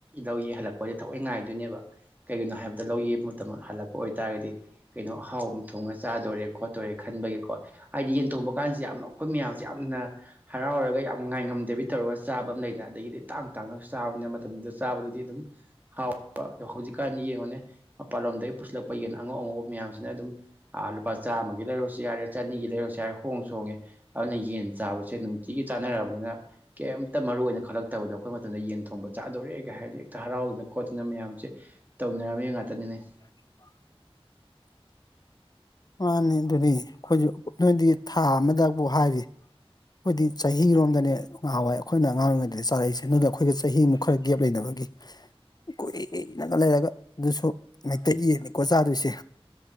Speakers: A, on the right (about 15°); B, on the left (about 40°).
A: ꯂꯧ ꯌꯩ ꯍꯜꯂꯛꯄꯖꯦ ꯊꯑꯣꯏ ꯉꯥꯏꯗꯨꯏꯅꯦꯕ ꯀꯩꯒꯤꯅꯣ ꯍꯥꯏꯕꯗ ꯂꯧ ꯌꯩꯕ ꯃꯇꯝ ꯍꯜꯂꯛꯄ ꯑꯣꯏꯇꯥꯔꯒꯗꯤ ꯀꯩꯅꯣ ꯑꯍꯥꯎꯕ ꯑꯝ ꯊꯣꯡꯉ ꯆꯥꯗꯣꯔꯦ ꯈꯣꯠꯇꯣꯔꯦ ꯈꯟꯕꯒꯤꯀꯣ ꯍꯥꯏꯗꯤ ꯌꯦꯟꯊꯣꯡꯕ ꯀꯥꯟꯖꯦ ꯌꯥꯝꯅ ꯑꯩꯈꯣꯏ ꯃꯌꯥꯝꯖꯦ ꯌꯥꯝꯅ ꯍꯔꯥꯎꯔꯒ ꯌꯥꯝ ꯉꯥꯏꯉꯝꯗꯕꯤ ꯇꯧꯔꯒ ꯆꯥꯕ ꯑꯃ ꯂꯩꯗꯥꯏ ꯑꯗꯒꯤꯗꯤ ꯇꯥꯡ ꯇꯥꯡꯅ ꯆꯥꯕꯅꯤꯅ ꯃꯇꯝꯗꯨꯗ ꯆꯥꯕꯗꯨꯗꯤ ꯑꯗꯨꯝ ꯍꯥꯎ ꯄꯔ ꯗꯣ ꯍꯧꯖꯤꯛꯀꯥꯟꯗꯤ ꯌꯦꯡꯉꯨꯅꯦ ꯃꯄꯥꯥꯟꯂꯣꯝꯗꯒꯤ ꯄꯨꯁꯤꯜꯂꯛꯄ ꯌꯦꯟ ꯑꯉꯧ ꯑꯉꯧꯕ ꯃꯌꯥꯝꯁꯤꯅ ꯑꯗꯨꯝ ꯑꯥ ꯂꯨꯄꯥ ꯆꯥꯝꯃꯒꯤ ꯂꯩꯔꯨꯔ ꯖꯤꯌꯥꯔꯦ ꯆꯅꯤꯒꯤ ꯂꯩꯔꯁꯨ ꯌꯥꯔꯦ ꯍꯣꯡꯁꯨ ꯍꯣꯡꯉꯦ ꯑꯗꯨꯅ ꯌꯦꯟ ꯆꯥꯕꯁꯦ ꯅꯨꯡꯇꯤꯒꯤ ꯆꯥꯅꯔꯕꯅꯤꯅ ꯀꯦꯝꯇ ꯃꯔꯨꯏ ꯑꯣꯏꯅ ꯈꯜꯂꯛꯇꯕꯗꯣ ꯑꯩꯈꯣꯏ ꯃꯇꯝꯗ ꯌꯦꯟ ꯊꯣꯡꯕ ꯆꯥꯗꯣꯔꯦꯒ ꯍꯥꯏꯔꯗꯤ ꯍꯦꯛꯇ ꯍꯔꯥꯎꯗꯅ ꯈꯣꯠꯇꯅ ꯃꯌꯥꯝꯁꯦ ꯇꯧꯅꯔꯝꯃꯤ ꯉꯥꯛꯇꯅꯤꯅꯦ
B: <inaudible> ꯃꯥꯅꯦ ꯑꯗꯨꯗꯤ ꯑꯩꯈꯣꯏꯖꯨ ꯅꯣꯏꯗꯤ ꯊꯥ ꯑꯃꯗꯕꯨ ꯍꯥꯏꯔꯤ ꯑꯩꯈꯣꯏꯗꯤ ꯆꯍꯤꯔꯣꯝꯗꯅꯦ ꯉꯍꯥꯟꯋꯥꯏ ꯑꯩꯈꯣꯏꯅ ꯑꯉꯥꯡ ꯑꯣꯏꯔꯤꯉꯩꯗꯗꯤ ꯆꯥꯔꯛꯏꯁꯦ ꯑꯗꯨꯅ ꯑꯩꯈꯣꯏꯒꯤ ꯆꯍꯤꯃꯨꯛ ꯈꯔ ꯒꯦꯞ ꯂꯩꯅꯕꯒꯤ ꯀꯨꯏꯅꯒ ꯂꯩꯔꯒ ꯑꯗꯨꯁꯨ ꯃꯩꯇꯩ ꯌꯦꯟꯅꯤꯀꯣ ꯆꯥꯗꯨꯏꯁꯦ